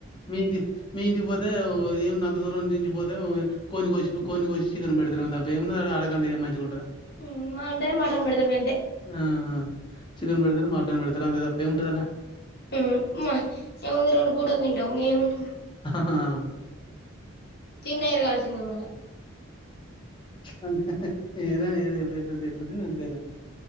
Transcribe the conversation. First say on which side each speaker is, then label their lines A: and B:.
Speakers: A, on the left; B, on the left.
A: మీ ఇంటి మీ ఇంటికి పోతే ఏం నందదూరం నుంచి పోతే కోడిని కోసి కోడిని కోసి చికన్ పెడుతారు ఏం వుంది అడ అడకన్న ఇడే మంచిగా ఉంటది
B: ఉమ్ మండే మటన్ పెడతా నేను
A: ఆ చికెన్ పెడతారు మటన్ పెడతారు అంత తప్పే ఉంటది అలా
B: మ్మ మొము అయితే రెండు పూటలు తింటాం ఎముంది
A: ఆ
B: తిన్న ఎరగాల్సిందే మళ్ళ
A: అ ఏదా ఏద ఎప్పుడు ఎప్పుడుతే ఎప్పుడుది న తెలే